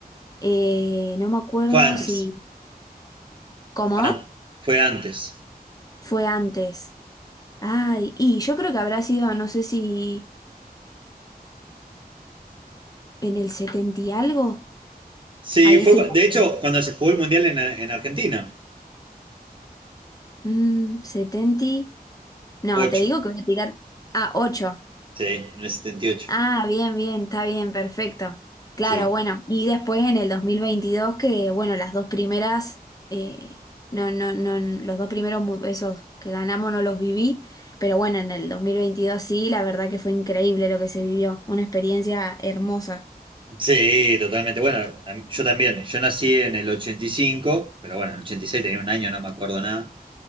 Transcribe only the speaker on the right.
Fue antes,
an- fue antes.
Sí,
fue,
cu-
de hecho, cuando se jugó el Mundial en, en Argentina,
ocho
sí, en el setenta y ocho
sí.
Sí, totalmente. Bueno, a mí- yo también, yo nací en el 85 pero bueno, en el 86 tenía un año, no me acuerdo nada.